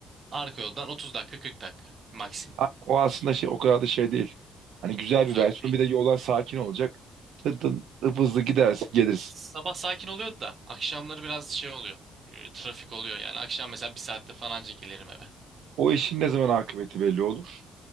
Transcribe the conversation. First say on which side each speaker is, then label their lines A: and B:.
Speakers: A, on the right; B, on the right.
A: arka yoldan 30 dakika 40 dakika maksimum.
B: A- O aslında şey o kadar da şey değil. Hani güzel
A: Uzak
B: bir versiyon.
A: değil.
B: Bir de yollar sakin olacak. Tın tın hıp hızlı gidersin gelirsin.
A: Sabah sakin oluyor da akşamları biraz şey oluyor. E, Trafik oluyor yani. Akşam mesela bir saatte falanca gelirim eve.
B: O işin ne zaman akıbeti belli olur.